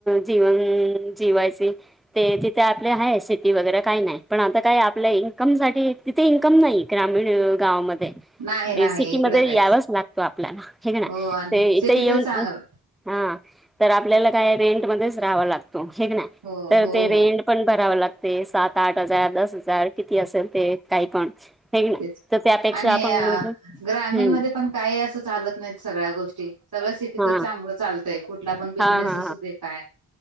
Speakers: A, in the centre; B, on the right (about 80°).
A: जीवन जिवायचे. ते तिथे आपले आहे शेती वगैरे काही नाय पण आता काय आपल्या इन्कम साठी ते इन्कम नाही ग्रामीण गावामध्ये-
B: नाही नाही
A: ए सिकी
B: इकडं
A: मध्ये
B: काहीच
A: यावच लागतो आपल्याला हे का नाय
B: हो आणि
A: ते इथे
B: सिटीतच
A: येऊन
B: चांगलं
A: हा तर आपल्याला काय रेंट मध्येच राहावा लागतो हेक ना
B: हो
A: तर
B: हो
A: ते रेंट
B: हो
A: पण भराव लागते सात आठ हजार दस हजार किती असेल ते काही पण हे ना
B: तेच
A: तर त्यापेक्षा
B: आणि
A: आपण म्हणजे
B: ग्रामीणमध्ये
A: हम्म
B: पण काही असं चालत नाहीत सगळ्या गोष्टी सगळ्या सिटीतच
A: हा
B: चांगलं चालतय कुठला पण बिझनेस
A: हा हा
B: असू दे काय